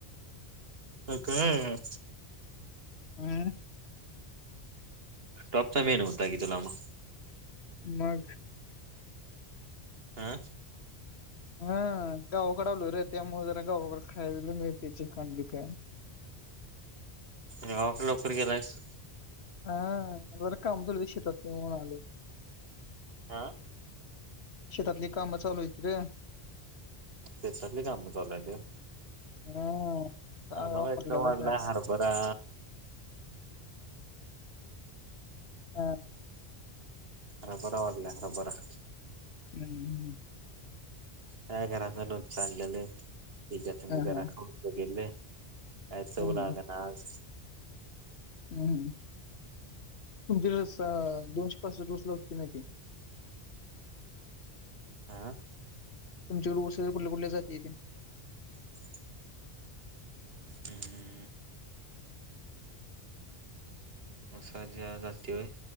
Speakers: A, on the right; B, on the left.
A: अं काय?
B: हम्म.
A: टॉपचा मेनु होता की तुला म.
B: मग?
A: आं
B: हां गावाकड आलोय रे त्यामुळ जरा गावाकड खायला मिळतय चिकन-बिकन.
A: गावाकड लवकर गेलायस.
B: हां जरा काम चालुय शेतातली म्हणून आलोय.
A: आ
B: शेतातली कामं चालू हायती रे.
A: त्याच्यातली काम चालू आहे वय.
B: हा काय
A: आम्हाला
B: यावं
A: इकडं
B: म्हणलं आता
A: वाढलं
B: काय
A: हरभरा.
B: हा.
A: हरभरा वाढलाय हरभरा.
B: हम्म हम्म.
A: काय घरातन लोणच आणलेले त्याज्या संग
B: हा
A: जरा
B: हा
A: खाऊन बघितलं. काय चव
B: हम्म
A: लागणा आज
B: हम्, तुमचे स दोनशे पासष्ठ डोसला होत नाही की
A: हां,
B: तुमच्याकडे वशिलेल्या कुठल्या-कुठल्या जाती येते
A: <inaudible> अं, मसाज्या जातीय व्हय,